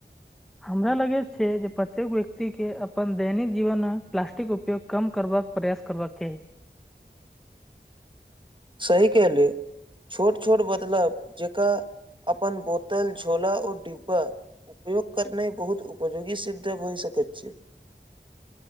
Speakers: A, in the centre; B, on the right (about 25°).
A: हमरा लगे छै जे प्रत्येक व्यक्ति के अपन दैनिक जीवन मे प्लास्टिक उपयोग कम करबाक प्रयास करबाक चाही
B: सही कहले छोट छोट बदलव जकरा अपन बोतल झोला आओर डिब्बा उपयोग करनाइ बहुत उपयोगी सिद्ध भए सकैत छै